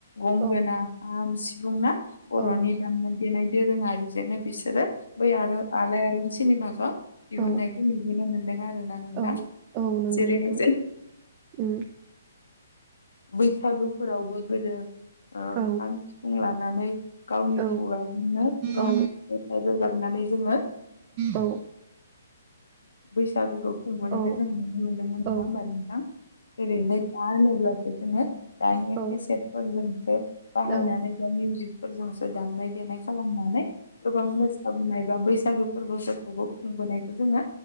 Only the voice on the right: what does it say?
औ
औ
औ
औ औ नंगौ
नोंथां उम
औ
औ
औ
औ
औ
औ
औ
औ